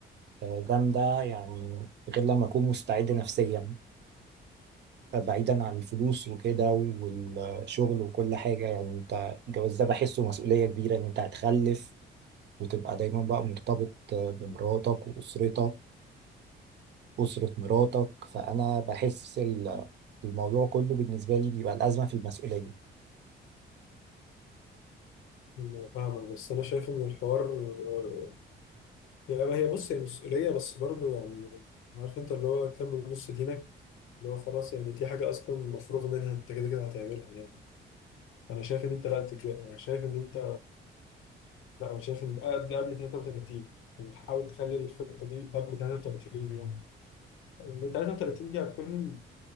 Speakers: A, on the right (about 60°); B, on the left (about 85°).
A: آه، جامدة يعني غير لما اكون مستعد نفسيا بعيدا عن الفلوس وكده والشغل وكل حاجة يعني انت الجواز ده بحسه مسؤولية كبيرة ان انت هتخلف وتبقى دايما بقى مرتبط آه، بمراتك واسرتك أسرة مراتك فأنا بحس ال- الموضوع كله بالنسبة لي بيبقى الأزمة في المسؤولية
B: أنا فاهمك بس انا شايف ان الحوار آه، يعني ما هي بص هي مسؤوليه بس برضو يعني عارف انت اللي هو كمل نص دينك اللي هو خلاص يعني دي حاجه اصلا مفروغ منها انت كده كده هتعملها يعني انا شايف ان انت لا تتجا- انا شايف ان انت لا انا شايف ان قبل قبل 33 يعني حاول تخلي الخطه دي قبل 33 يعني من 33 دي هتكون